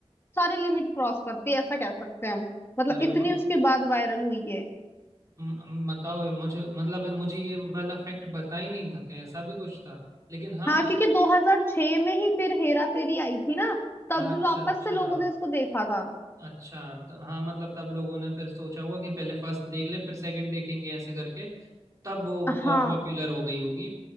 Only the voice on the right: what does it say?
अरे
वाह
म- बताओ ये मुझे मतलब मुझे ये वाला फैक्ट पता ही नहीं था कि ऐसा भी कुछ था लेकिन हाँ
हाँ
अच्छा
अच्छा
अच्छा तो हाँ मतलब तब लोगों ने फिर सोचा होगा कि पहले फर्स्ट देख ले फिर सेकंड देखेंगे ऐसे करके तब वो
और पॉपुलर हो गई होगी